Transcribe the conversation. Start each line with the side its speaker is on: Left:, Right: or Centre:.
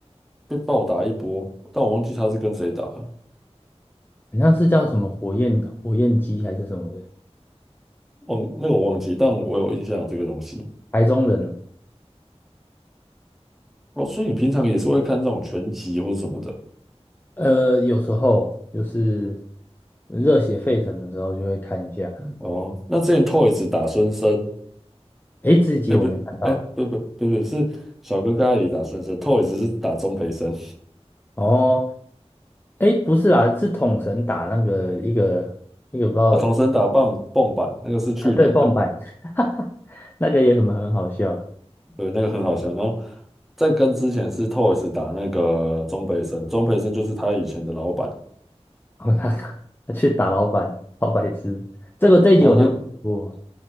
Centre: 被暴打一波，但我忘记他是跟谁打了，
Left: 好像是叫什么火焰火焰鸡还是什么的，
Centre: 忘那个我忘记，但我有印象有这个东西。
Left: 台中人啊。
Centre: 哦，所以你平常也是会看这种拳击或是什么的
Left: 呃，有时候就是热血沸腾的时候就会看一下。
Centre: 哦？那之前 Toys 打孙生，
Left: 哎，这一集我没看到诶。
Centre: 哎、不，哎、不不不不是小哥哥阿姨打孙生，Toys 是打钟培生，
Left: 哦，哎，不是啦，是统神打那个一个一个不知道
Centre: 哦，童生打棒蹦板，那个是去年的，
Left: 啊，对，蹦板，<laughs> 那个也很很好笑。
Centre: 对，那个很好笑。然后在跟之前是 Toys 打那个钟培生，钟培生就是他以前的老板。
Left: 哦，他他去打老板，好白痴。这个这一集我就不，
Centre: 然后那。